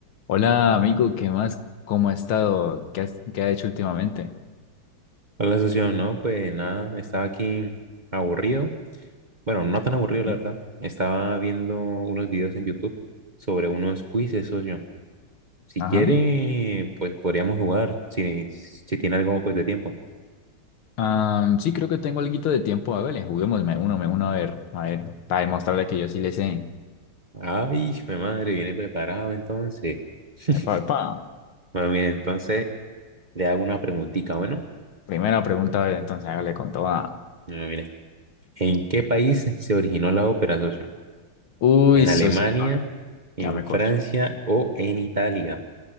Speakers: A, on the left (about 80°); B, on the right (about 30°).
A: Hola, amigo, ¿qué más? ¿Cómo ha estado? ¿Qué, has- qué ha hecho últimamente?
B: Hola, socio. No, pues nada, estaba aquí aburrido. Bueno, no tan aburrido, la
A: Bien.
B: verdad. Estaba viendo unos videos en YouTube sobre unos quizzes, socio. Si
A: Ajá.
B: quiere, pues podríamos jugar, si, si tiene algo pues de tiempo.
A: Ah, sí, creo que tengo alguito de tiempo. Hágale, juguemos, me uno, me uno a ver, a ver, para demostrarle que yo sí le sé.
B: Ay, mi madre, viene preparado entonces. <laughs>
A: Epa, epa.
B: Bueno, mire, entonces le hago una preguntita, bueno.
A: Primera pregunta, a ver, entonces hágale con toda.
B: Bueno, mire, ¿en qué país se originó la ópera, socio?
A: Uy,
B: ¿En Alemania,
A: socio,
B: en
A: ya me corcho,
B: Francia o en Italia?